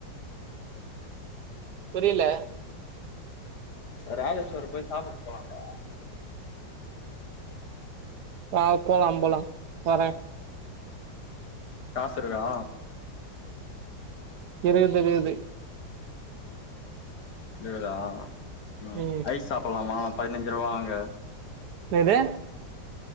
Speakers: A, on the right (about 65°); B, on the left (about 60°).
A: புரியல
B: ராமேஸ்வர போய் சாப்ட்டு போலாம்டா
A: ஆ போலாம் போலாம் வறே
B: காசு இருக்கா
A: இருக்குது இருக்குது
B: இதா உம்
A: ம்
B: ஐஸ் சாப்பிடலாமா பதினஞ்சு ரூபாங்க
A: எதெ